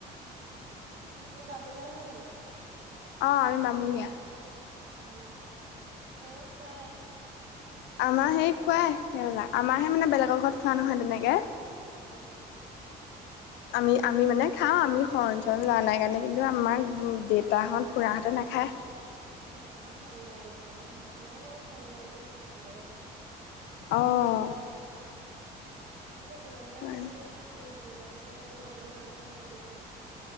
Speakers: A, on the right; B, on the left.
A: <unintelligible>
B: অ', আমি বামুণীয়া।
A: অ, তোমালোকক খোৱাই?
B: আমাৰ সেই খোৱাই সেইবিলাক। আমাৰহে মানে বেলেগৰ ঘৰত খোৱা নহয় তেনেকে।
A: অ
B: আমি আমি মানে খাওঁ। আমি খ লোৱা নাই কাৰণে কিন্তু আমাৰ দেউতাহঁত খুৰাহঁতে নাখায়।
A: অ নেখায় <unintelligible> আমাৰা <unintelligible> খায় বেলেগত।
B: অঁ।
A: উম, সেইটো তোমালোকে মানে
B: অ'।
A: কি হয়, এইটো দুৰ্গা পূজা সেইবোৰ মানা ন' আমাৰ তাতে নামানে সেই।